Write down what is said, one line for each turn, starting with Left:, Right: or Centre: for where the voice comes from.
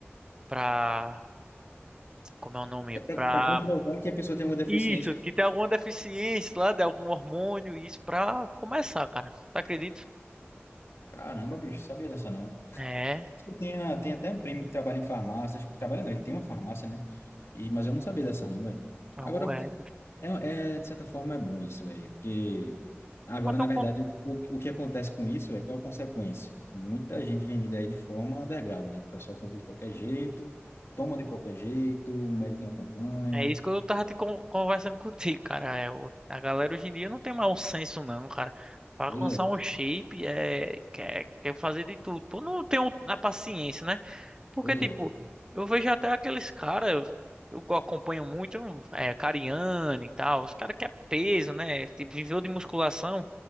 Right: pra, como é o nome?
Left: É pra,
Right: Pra,
Left: pra comprovar que a pessoa tem alguma deficiência.
Right: isso, que tem alguma deficiência lá, de algum hormônio, isso pra começar, cara. Tu acredita?
Left: Caramba, bicho, sabia dessa não.
Right: É,
Left: Tem, a- tem até um primo que trabalha em farmácia, acho que trabalha não, ele tem uma farmácia, né? E, mas eu não sabia dessa não, velho.
Right: oh,
Left: Agora,
Right: é.
Left: é, é, de certa forma é bom isso, velho, porque agora,
Right: Então,
Left: na verdade,
Right: com-
Left: o, o que acontece com isso é qual a consequência? Muita gente vendida aí de forma underground, né? Que o pessoal compra de qualquer jeito, toma de qualquer jeito, o médico não acompanha,
Right: É isso que eu tava te con- conversando contigo, cara. É, o- a galera hoje em dia não tem mais um senso, não, cara. Pra
Left: pois
Right: alcançar
Left: é,
Right: um shape, é, quer, quer fazer de tudo. Pô, não tem um- a paciência, né? Porque,
Left: pois
Right: tipo,
Left: é.
Right: eu vejo até aqueles caras, eu eu acompanho muito, é, Cariani e tal, os caras que é peso, né? Tipo, viveu de musculação,